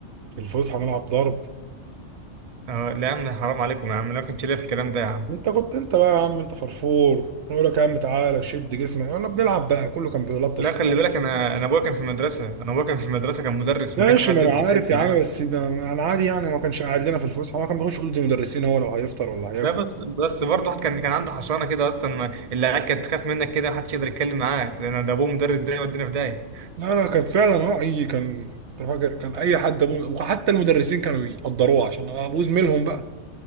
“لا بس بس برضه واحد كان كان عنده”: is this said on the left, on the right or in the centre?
Right